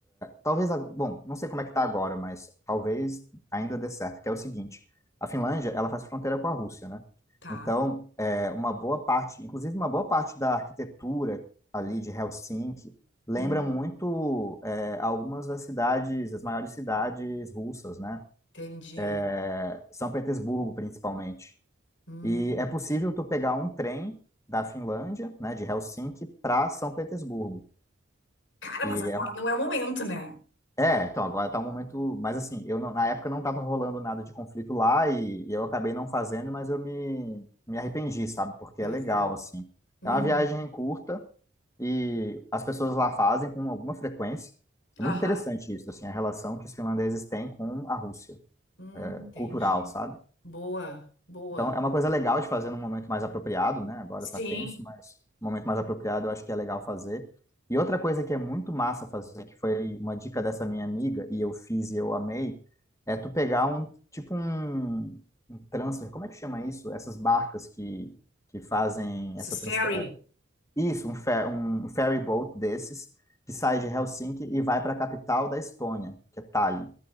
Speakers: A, on the left (about 15°); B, on the left (about 65°).
A: Talvez, a- bom, não sei como é que tá agora, mas talvez ainda dê certo, que é o seguinte, a Finlândia, ela faz fronteira com a Rússia, né?
B: tá.
A: Então, é, uma boa parte, inclusive uma boa parte da arquitetura ali de Helsinki lembra
B: Hum,
A: muito é, algumas das cidades, as maiores cidades russas, né?
B: entendi.
A: É, São Petersburgo, principalmente.
B: Hum.
A: E é possível tu pegar um trem da Finlândia, né, de Helsinki, para São Petersburgo.
B: Cara,
A: E
B: mas agora não é o momento, né?
A: É, então agora tá um momento, mas assim, eu não- na época não tava rolando nada de conflito lá e, e eu acabei não fazendo, mas eu me, me arrependi, sabe? Porque
B: Pois
A: é legal,
B: é.
A: assim.
B: Uhum.
A: É uma viagem curta e as pessoas lá fazem com alguma frequência. É
B: Aham.
A: muito interessante isso, assim, a relação que os finlandeses têm com a Rússia,
B: Hum,
A: é,
B: entendi.
A: cultural, sabe?
B: Boa, boa.
A: Então, é uma coisa legal de fazer num momento mais apropriado, né? Agora
B: Sim,
A: tá tenso, mas num momento mais apropriado eu acho que é legal fazer. E outra coisa que é muito massa fazer, que foi uma dica dessa minha amiga, e eu fiz e eu amei, é tu pegar um, tipo um, um transfer, como é que chama isso? Essas barcas que, que fazem
B: esses
A: essa transfer...
B: fairy.
A: é, Isso, um, fer, um, um ferry boat desses, que sai de Helsinki e vai para a capital da Estônia, que é Tallinn.